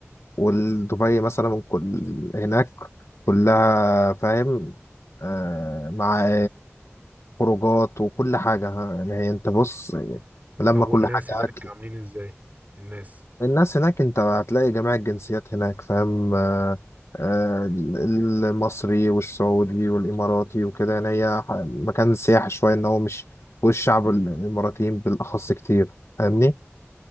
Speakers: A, on the left; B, on the right.
A: ودبي مثلا كل هناك كلها فاهم آه مع خروجات وكل حاجة ها، يعني هي انت بص لما
B: طب
A: كل
B: والناس
A: حاجة
B: هناك
A: أكل
B: عاملين إزاي؟ الناس
A: الناس هناك انت هتلاقي جميع الجنسيات هناك فاهم آه آه المصري والسعودي والإماراتي وكده يعني هي ح- مكان سياحي شوية ان هو مش والشعب الإماراتيين بالأخص كتير فاهمني